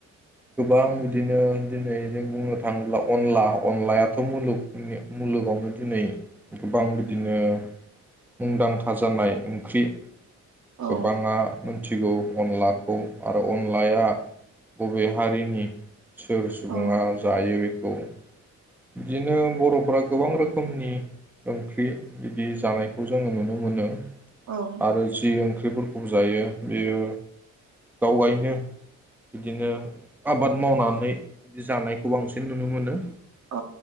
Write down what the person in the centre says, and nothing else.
गोबां बिदिनो दिनै जों बुंनो थाङोब्ला अनला अनलायाथ' मुलुगनि मुलुगावनो दिनै गोबां बि बिदिनो मुंदांखा जानाय ओंख्रि
गोबाङा मोनथिगौ अनलाखौ आरो अनलाया बबे हारिनि? सोर सुबुङा
जायो? गौ बिदिनो बर'फोरा गोबां रोखोमनि ओंख्रि बिदि जानायखौ जोङो नुनो मोनो।
आरो जि ओं ओंख्रिफोरखौ जायो बियो गावगायनो बिदिनो आबाद मावनानै बिदि जानायखौ बांसिन नुनो मोनो।